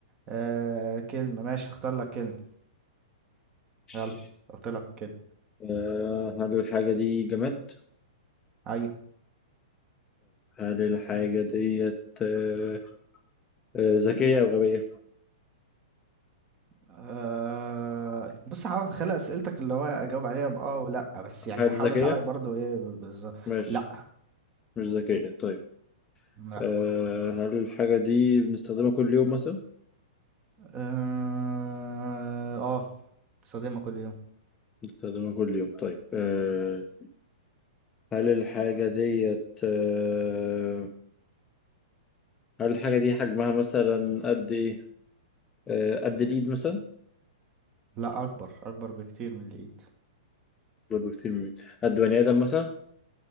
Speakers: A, on the right; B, on the left.
A: أه كلمة ماشي اختار لك كلمة
B: ماشي.
A: يلا اختار لك كلمة
B: آه، هل الحاجة دي جماد؟
A: أيوة.
B: هل الحاجة ديت آه، آه، ذكية أو غبية؟
A: أه بص هحاول اتخيل اسئلتك اللي هو اجاوب عليها باه ولا بس يعني
B: هل الحاجة دي
A: هحاول
B: ذكية؟
A: اساعدك برضو ايه بالظبط
B: ماشي
A: لا
B: مش ذكية طيب
A: لا
B: آه، هل الحاجة دي بنستخدمها كل يوم مثلا؟
A: اه آه، تصادمها كل يوم
B: بستخدمها كل يوم طيب أه هل الحاجة ديت أه هل الحاجة دي حجمها مثلا قد إيه؟ أه قد الإيد مثلا؟
A: لا اكبر اكبر بكتير من الايد
B: برضه كتير من الإيد قد بني آدم مثلا؟